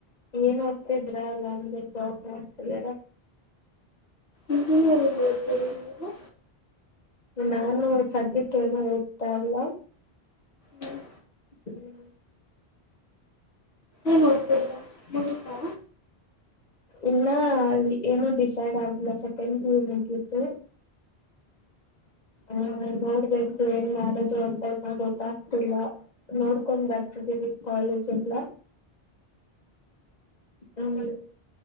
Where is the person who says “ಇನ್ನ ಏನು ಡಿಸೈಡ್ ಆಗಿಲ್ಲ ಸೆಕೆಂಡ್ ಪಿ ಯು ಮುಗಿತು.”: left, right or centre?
Left